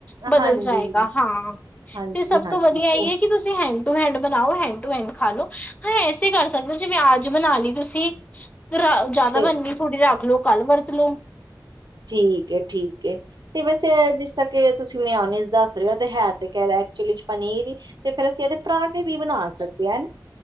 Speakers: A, on the left; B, on the right.
A: ਬਦਲ
B: ਹਾਂਜੀ,
A: ਜਾਏਗਾ ਹਾਂ,
B: ਹਾਂਜੀ,
A: ਤੇ ਸਭ
B: ਹਾਂਜੀ
A: ਤੋਂ ਵਧੀਆ ਇਹ
B: ਉਹ
A: ਹੈ ਕਿ ਕਿ ਤੁਸੀਂ ਹੈਂਡ ਟੂ ਹੈਂਡ ਬਣਾਓ, ਹੈਂਡ ਟੂ ਹੈਂਡ ਖਾ ਲੋ, ਹਾਂ ਐਸੇ ਕਰ ਸਕਦੇ ਹੋ, ਜਿਵੇਂ ਆਜ ਬਣਾ ਲਈ ਤੁਸੀਂ ਜ਼ਿਆਦਾ
B: ਤੇ
A: ਮੰਨਨੀ ਥੋੜ੍ਹੀ ਰੱਖ ਲੋ ਕੱਲ ਵਰਤ ਲੇ
B: ਠੀਕ ਹੈ। ਠੀਕ ਹੈ, ਤੇ ਬਸ ਜਿਸ ਤੱਕ। ਕੇ ਤੁਸੀਂ ਮੈਂ ਮਿਉਨੀਜ ਦੱਸ ਰਹੇ ਹੋ, ਤੇ, ਹੈ, ਤੇ ਕਹਿ ਰਿਹਾ ਐਕਚੁਲੀ ਚ ਪਨੀਰ ਹੀ, ਤੇ ਫੇਰ ਅਸੀਂ ਇਹਦੇ ਪਰਾਂਠੇ ਵੀ ਬਣਾ ਸਕਦੇ ਹਾਂ। ਹਨਾ